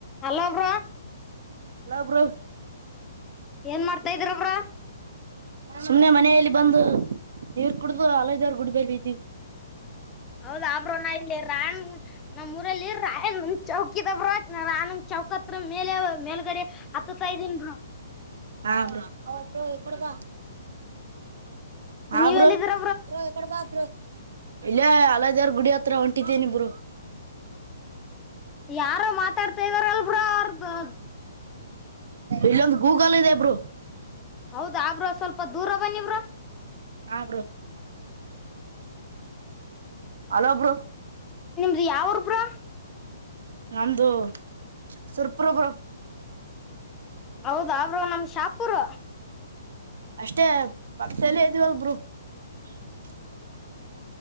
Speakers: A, on the left; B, on the right.
A: Hello bro
B: hello bro
A: ಏನ್ ಮಾಡ್ತಾ ಇದೀರ ಬ್ರೋ
B: ಸುಮ್ನೆ ಮನೆಯಲ್ಲಿ ಬಂದು ನೀರ್ ಕುಡ್ದು ಅಲೈ ದೆವ್ರ ಗುಡ್ಬೇಲ್ ಬಿದ್ದೀವಿ
A: ಹೌದ ಆ ಬ್ರೋ ನ ಇಲ್ಲಿ ರಾಯ ನಮ್ಮೂಊರಲ್ಲಿ ರಾಯಣ್ಣ ಚೌಕ್ ಹಕ್ಕಿದ ಬ್ರೋ ಆನಂದ್ ಚೌಕತ್ರ ಮೇಲೆ ಮೇಲ್ಗಡೆ ಹತ್ತತ ಇದೀನಿ ಬ್ರೋ <unintelligible>
B: ಹ ಬ್ರೊ ಆವಾ ಬ್ರೋ ಇ ಕಡೆ ಬಾ ಹಾ
A: ನೀವ್
B: ಬ್ರೋ
A: ಎಲ್ಲಿದಿರ
B: ಬ್ರೋ ಇ ಕಡೆ ಬಾ ಬ್ರೋ ಇಲ್ಲೇ ಅಲೆದೇವರ ಗುಡಿ ಹತ್ರ <unintelligible> ಹತ್ರ ಹೊಂಟಿದ್ದೇನೆ ಬ್ರೋ
A: ಯಾರ ಮಾತಾಡ್ತಾ ಇದಾರಲ್ ಬ್ರೊ ಅವ್ರುದು
B: ಇಲ್ಲೊಂದು ಗೂಗಲ್ ಇದೆ ಬ್ರೊ
A: ಹೌದಾ ಬ್ರೊ ಸ್ವಲ್ಪ ದೂರ ಬನ್ನಿ ಬ್ರೊ
B: ಹ ಬ್ರೋ ಹಲೋ ಬ್ರೋ
A: ಇದು ಯಾವುರು ಬ್ರೊ
B: ನಮ್ದು ಸುರಪುರ ಬ್ರೊ
A: ಹೌದಾ ಬ್ರೊ ನಮ್ದು ಶಾಪೂರು
B: ಅಷ್ಟೇ ಪಕ್ಸಲ್ಲ ಇದ್ದವಲ್ಬ ಬ್ರೋ <unintelligible>